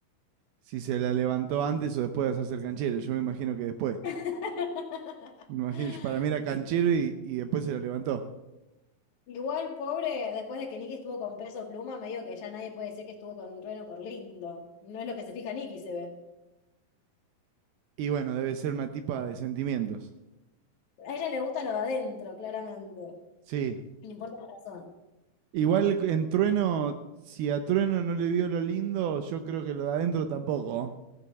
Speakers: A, on the right; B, on the left.
A: si se la levantó antes o después de hacerse el canchero. Yo me imagino que después.
B: <laughs>
A: Me imagino, yo- para mí era canchero y, y después se la levantó.
B: Igual, pobre, después de que Nicky estuvo con Peso Pluma, medio que ya nadie puede decir que estuvo con Trueno por lindo. No es lo que se fija Nicky, se ve.
A: Y bueno, debe ser una tipa de sentimientos.
B: A ella le gusta lo de adentro, claramente.
A: Sí.
B: No importa la razón.
A: Igual c- en Trueno, si a Trueno no le vio lo lindo, yo creo que lo de adentro tampoco.